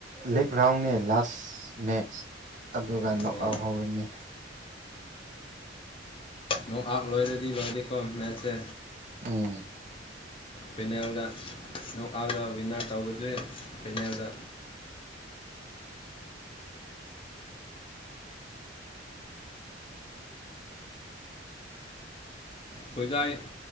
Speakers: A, on the right; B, on the left.
A: ꯂꯤꯛ ꯔꯥꯎꯟꯅꯤ ꯂꯥꯁ ꯃꯦꯠꯆ ꯑꯗꯨꯒ
B: ꯑꯣ
A: ꯅꯣꯛ ꯑꯥꯎꯠ ꯍꯧꯔꯅꯤ
B: ꯅꯣꯡ ꯑꯥꯛ ꯂꯣꯏꯔꯗꯤ ꯂꯣꯏꯔꯗꯤꯦꯀꯣ ꯃꯦꯠꯁꯦ
A: ꯎꯝ
B: ꯐꯦꯅꯦꯜꯗ ꯅꯣꯛꯑꯥꯎꯗ ꯋꯤꯟꯅꯔ ꯇꯧꯕꯁꯦ ꯐꯦꯅꯦꯜꯗ ꯊꯣꯏꯖꯥꯏ